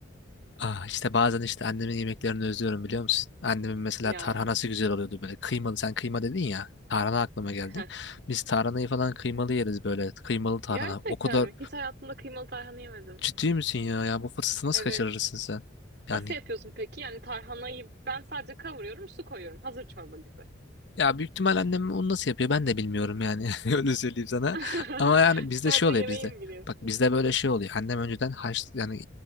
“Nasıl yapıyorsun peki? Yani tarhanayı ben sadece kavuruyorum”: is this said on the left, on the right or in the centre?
Right